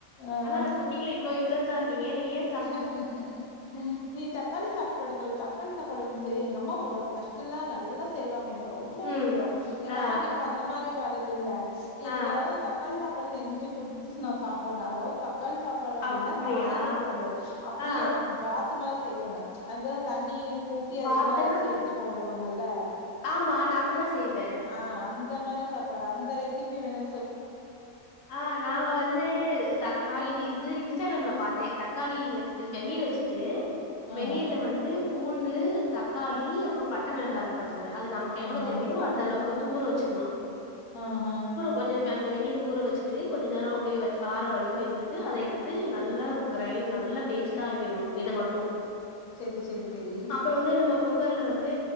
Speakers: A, on the left; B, on the left.
A: ஆ
B: நல்லா தா குக்கிங்ல இவ்ளோ இன்ட்ரெஸ்டா இருக்கீங்க நீங்க ஏ
A: <inaudible> நீ தக்காளி சாப்பாடு தொல் தக்காளி சாப்பாடு வந்ட்டு எங்க அம்மா ஒ பஸ்டுல்லா நல்லா செய்வாங்க எனக்கு ரொம்ப
B: ம்
A: புடிக்கு எங்க
B: ஆ
A: அம்மாக்கு இப்ப அந்த மாதி வரது இல்ல எனக்கு
B: ஆ
A: யாராவது தக் காளி சாப்பாடு செஞ்சு குடுத்துஸ் நா சாப்புடுவே அதாவது தக்காளி சாப்பாடு அப்படினா
B: அப்டியா
A: தாலிக்கு கூடாது அப்டியே
B: ஆ
A: பாத்து மாதி செய்யணு அதா தண்ணி ஊத்தி அதுக்குள்ள
B: பாத்துன்னா
A: அரிசி எடு து போடுவாங்கல்ல
B: ஆமா நா அப்டிதா செய்வே
A: ஆ அந்த மாரே சாப்பாடு அந்த ரெசிபி வேணு
B: ஆ நாங்க வந்து த நா இதி து இன்ஸ்டாகிராம்ல பாத்தே தக்காளி வெ வெந்நீர் வச்சுட்டு
A: ஆ
B: வெந்நீர்ல வந்து பூண்டு தக்காளி அப்றோ பட்ட மிளகா இருக்கு பாத்துங்க அது நமக்கு எவ்வளவு
A: ஆமா
B: தேவயோ அந்த அளவு கு வந்து ஊற வச்சுர்ணு
A: ஆ ஆ
B: கொஞ்சம் அந்த வெந்நீர் ஊற வச்சுட்டு கொஞ்ச நேரோ அப்டியே வச்ஆற வரைக்கு இருந்துட்டு அதை எடுத்து நல்ல கிரைண்ட் நல்ல பேஸ்டா ஆக்கிர்னு இத மட்டு
A: செரி செரி செரி
B: அப்புற வந்து நம்ம கு கர்ல வந்து